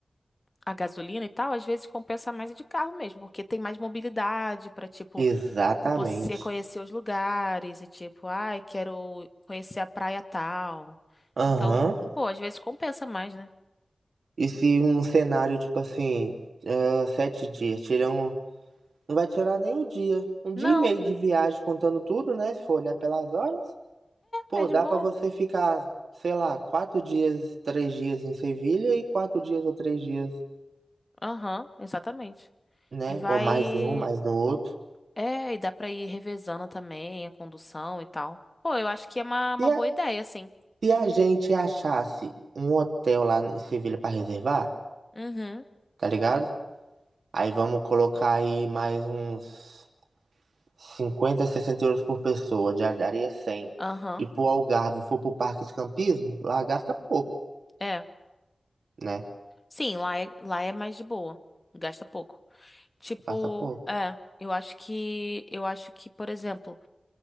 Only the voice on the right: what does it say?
Exatamente.
Aham.
E se um cenário, tipo assim, é, sete dias, tirar um. Não vai tirar nem um dia. Um
dia e meio de viagem contando tudo, né? Se for olhar pelas horas. Pô,
dá
pra você ficar, sei lá, quatro dias, três dias em Sevilha e quatro dias ou três dias,
né?
Ou mais em um, mais no outro.
Se
a,
se a gente achasse um hotel lá em Sevilha pra reservar,
tá ligado? Aí vamos colocar aí mais uns 50 60 euros por pessoa, já daria 100.
E pro Algarve, for pro parque de campismo, lá gasta pouco,
né?
Gasta pouco.